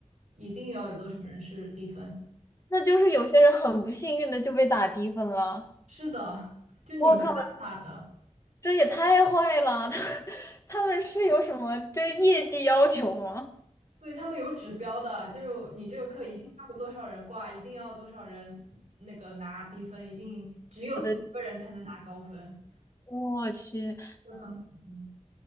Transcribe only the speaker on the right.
一定要有多少人是低分。
是的，就你没办法的，
对，他们有指标的，就是你这个课一定要有多少人挂，一定要多少人那个拿低分，一定只有几个人才能拿高分，
就很嗯，